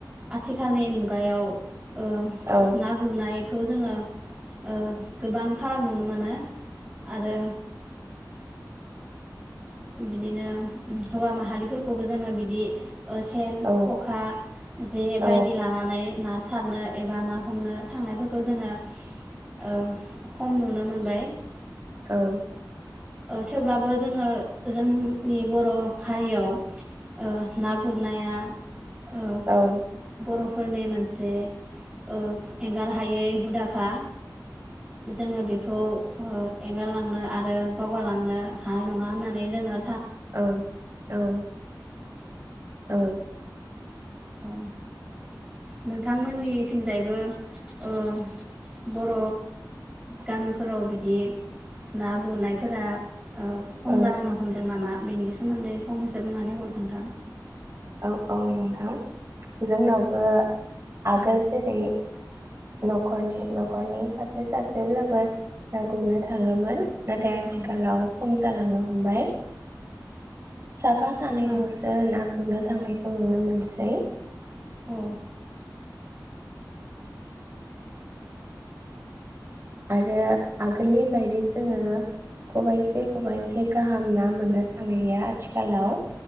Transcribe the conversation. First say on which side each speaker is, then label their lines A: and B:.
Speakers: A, on the right; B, on the right.
A: आथिखालनि मुगायाव ओ
B: औ
A: ना गुरनायखौ जोङो ओ गोबां फाराग नुनो मोनो। आरो बिदिनो हौवा माहारिफोरखौबो जोङो बिदि, सेन
B: औ
A: खखा जे
B: औ
A: बायदि लानानै ना सारनो एबा ना हमनो थांनायफोरखौ जोङो ओ खम नुनो मो मोनबाय।
B: औ
A: ओ थेवब्लाबो जोङो जोंनि बर' हारियाव ओ ना गुरनाया ओ
B: औ
A: बर'फोरनि मोनसे ओ एंगार हायै हुदा खा जोङो बेखौ ओ एंगारलांनो आरो बावगारलांनो हानाय नङा होननानै जोंङो
B: औ औ <inaudible> औ।
A: औ। नोंथांमोननि थिंजायबो ओ बर' गामिफोराव बिदि ना गुरनायफोरा ओ खम
B: औ
A: जालांनो हमदों नामा? बेनि सो सोमोन्दै फननोसो बुंनानै हर नोंथां
B: औ औ नोंथां जोंनावबो आगोल
A: औ
B: जेरै नखरनि नखरनि सासे सासेब्लाबो ना गुरनो थाङोमोन। नाथाय आथिखालाव
A: औ
B: खम जालांनो हमबाय। साफा सानै
A: औ
B: लसो ना गुरनो थांनायखौ नुनो मोनसै।
A: औ
B: आरो आगोलनि बायदि जोङो खबाइसे खबाइसे गाहाम ना मोननो थांलिया आथिखालाव